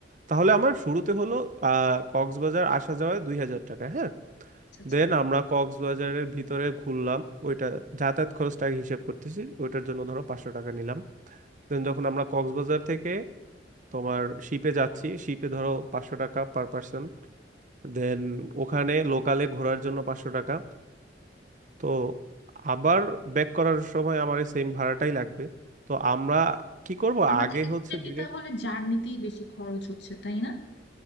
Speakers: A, on the right; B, on the left.
A: তাহলে আমার শুরুতে হলো আহ কক্সবাজার আসা যাওয়ায় দুই হাজার টাকা হ্যাঁ
B: আচ্ছা আচ্ছা
A: দেন আমরা কক্সবাজারের ভিতরে ঘুরলাম ওইটা যাতায়াত খরচটাকে হিসেব করতেছি ওইটার জন্য ধরো পাঁচশো টাকা নিলাম দেন যখন আমরা কক্সবাজার থেকে তোমার শিপে যাচ্ছি শিপে ধরো পাঁচশো টাকা পার পার্সন দেন ওখানে লোকালে ঘোরার জন্য পাঁচশো টাকা তো আবার ব্যাক করার সময় আমার এই সেম ভাড়াটাই লাগবে তো আমরা কি করব
B: আমাদের
A: আগে
B: কিন্তু
A: হচ্ছে
B: মেনলি
A: ডিরেক্ট
B: তাহলে জার্নিতেই বেশি খরচ হচ্ছে তাই না